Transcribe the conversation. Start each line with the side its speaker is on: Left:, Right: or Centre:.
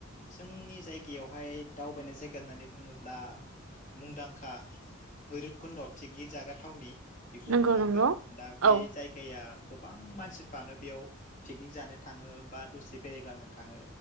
Left: जोंनि जायगायावहाय दावबायनाय जायगा होननानै बुङोब्ला मुंदांखा भैरबखुन्द' पिकनिक जाग्रा थावनि बेखौ
Right: नंगौ
Left: बुंनांगोन
Right: नंगौ
Left: दा बे
Right: औ
Left: जायगाया गोबां मानसिफ्रानो बेयाव पिकनिक जानो थाङो बा दसे बेरायग्लांनो थाङो